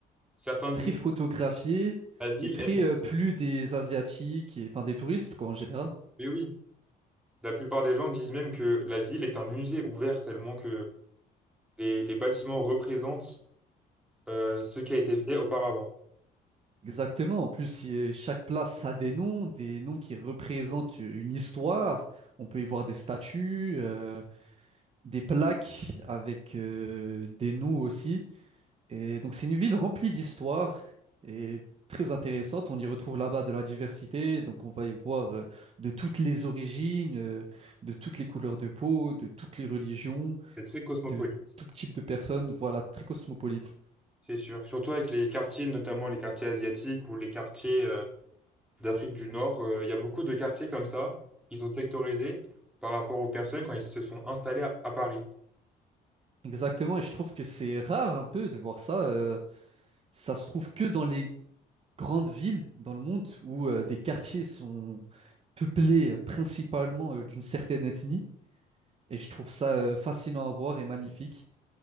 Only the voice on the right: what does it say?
très photographiée
et très
euh, plus des Asiatiques, et, enfin des touristes quoi en général.
Exactement. En plus, si, euh, chaque place a des noms, des noms qui représentent une histoire. On peut y voir des statues. euh, des plaques avec euh, des nous aussi. Et donc c'est une ville remplie d'histoire et très intéressante. On y retrouve là-bas de la diversité. Donc on va y voir euh, de toutes les origines, euh, de toutes les couleurs de peau, de toutes les religions,
de tout type de personnes. Voilà, très cosmopolite.
Exactement. Et je trouve que c'est rare un peu de voir ça. euh, ça se trouve que dans les grandes villes dans le monde où euh, des quartiers sont peuplés euh, principalement euh, d'une certaine ethnie. Et je trouve ça euh, fascinant à voir et magnifique,